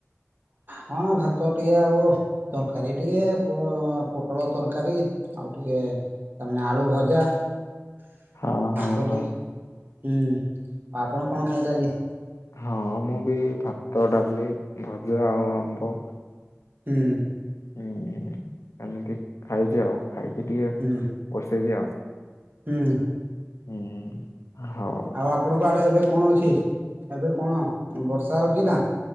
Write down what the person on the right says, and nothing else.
ହଁ ଭାତ ଟିକେ ଆଉ ତରକାରୀ ଟିକେ ପୋ-ପୋଟଳ ତରକାରୀ। ଆଉ ଟିକେ ତାମାନେ ଆଳୁ ଭଜା
ଆମ୍ବ
ଟିକେ ହୁଁ ଆଉ ଆପଣ କଣ ଖାଇଲେ ଆଜି?
ହୁଁ।
ହୁଁ
ହୁଁ।
ଆଉ ଆପଣଙ୍କ ଆଡ଼େ ଏବେ କଣ ଅଛି ଏବେ କଣ ବର୍ଷା ହଉଛି ନା?